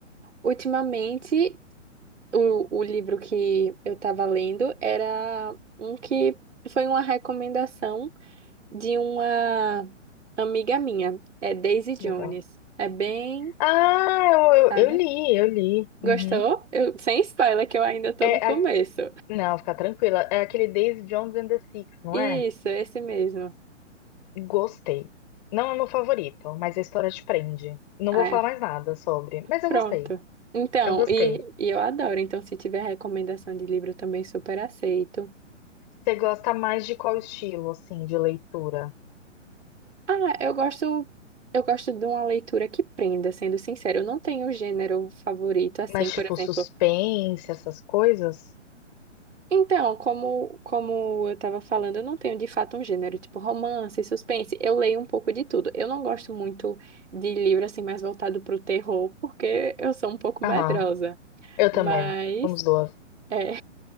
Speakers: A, on the right; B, on the left.
A: ultimamente, o, o livro que eu estava lendo era um que foi uma recomendação de uma amiga minha, é Daisy Jones.
B: Legal.
A: É bem,
B: Ah, eu, eu,
A: sabe?
B: eu li, eu li. Uhum.
A: Gostou? Eu, sem spoiler, que eu ainda estou
B: É,
A: no começo.
B: a- não, fica tranquila. É aquele Daisy Jones and the Six, não
A: Isso,
B: é?
A: é esse mesmo.
B: Gostei. Não é meu favorito, mas a história te prende. Não
A: Ah,
B: vou falar
A: é.
B: mais nada sobre, mas eu
A: Pronto.
B: gostei.
A: Então,
B: Eu gostei.
A: e, e eu adoro. Então, se tiver recomendação de livro, eu também super aceito.
B: Você gosta mais de qual estilo, assim, de leitura?
A: Ah, eu gosto, eu gosto de uma leitura que prenda, sendo sincero. Eu não tenho gênero favorito, assim,
B: Mais
A: por
B: tipo
A: exemplo.
B: suspense, essas coisas?
A: Então, como, como eu estava falando, eu não tenho de fato um gênero, tipo romance, suspense. Eu leio um pouco de tudo. Eu não gosto muito de livro, assim, mais voltado para o terror, porque eu sou um pouco
B: Aham,
A: medrosa.
B: eu também.
A: Mas.
B: Somos duas.
A: é,